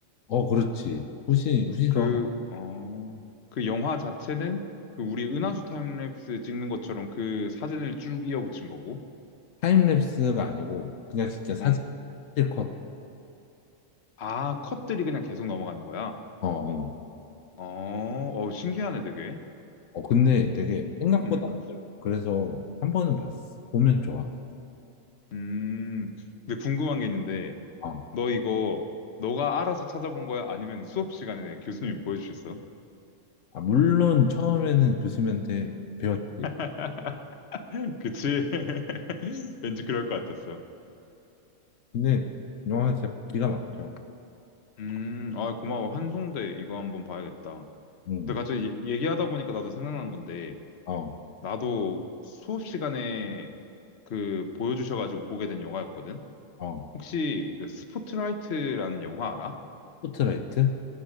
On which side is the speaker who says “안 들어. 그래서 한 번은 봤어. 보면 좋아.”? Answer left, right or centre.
Left